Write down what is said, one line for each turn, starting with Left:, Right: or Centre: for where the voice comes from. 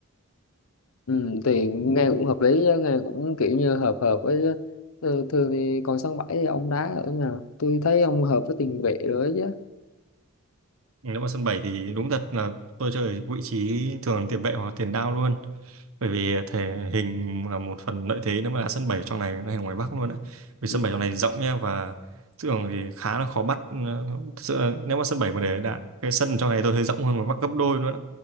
Left: ừ, thì nghe cũng hợp lý chứ, nghe cũng kiểu như hợp hợp với chứ. Ừ, thường thì còn sân bãi thì ông đá ở nào tôi thấy ông hợp với tiền vệ rồi ấy chứ
Right: nếu mà sân 7 thì đúng thật là tôi chơi ở vị trí thường là tiền vệ hoặc tiền đạo luôn bởi vì thể hình là một phần lợi thế nếu mà là sân 7 trong này hay là ngoài Bắc luôn á vì
Left: Ừ.
Right: sân 7 trong này rộng nha và thường thì khá là khó bắt Ờ, thực sự là nếu mà sân 7 mà để đạn cái sân trong này tôi thấy rộng hơn ngoài Bắc gấp đôi nữa